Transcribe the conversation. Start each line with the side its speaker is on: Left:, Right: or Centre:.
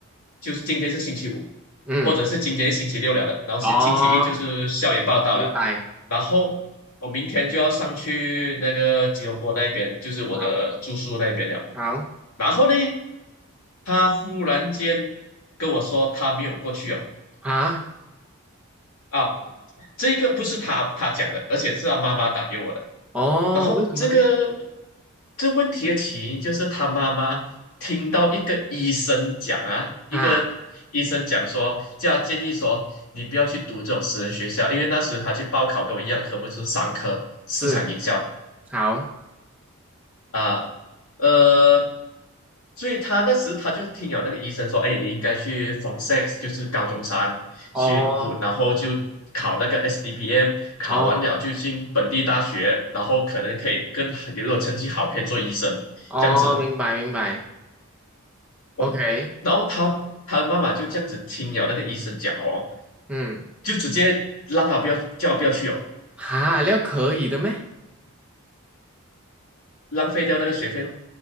Left: 就是今天是星期五，
Centre: 嗯，
Left: 或者是今天是星期六了的，然后星星期一就是校园报道了，
Centre: 哦，明白，
Left: 然后我明天就要上去那个吉隆坡那边，就是我的住宿那边了。
Centre: 好，好，
Left: 然后呢，他忽然间跟我说他没有过去哦，
Centre: 啊。
Left: 啊，这个不是他他讲的，而且是他妈妈打给我的。
Centre: 哦，
Left: 然后这个
Centre: 为什么呢？
Left: 这问题的起因就是他妈妈听到一个医生讲啊，一个医生讲说，
Centre: 啊，
Left: 叫他建议说你不要去读这种私人学校，因为那时他去报考跟我一样的科目就是商科市场营销，
Centre: 是，好，
Left: 啊，呃，所以他那时他就听了那个医生说，哎，你应该去 Form Six，就是高中三去读，
Centre: 哦，
Left: 然后就考那个 SDPM，考完了就进本地大学，
Centre: 哦，
Left: 然后可能可以跟如果成绩好可以做医生这样子
Centre: 哦，明白，明白
Left: 哦。
Centre: ，OK，
Left: 然后他他的妈妈就这样子听了那个医生讲哦，
Centre: 嗯，
Left: 就直接让他不要叫他不要去哦，
Centre: 哈，料可以的咩？
Left: 浪费掉那个学费咯，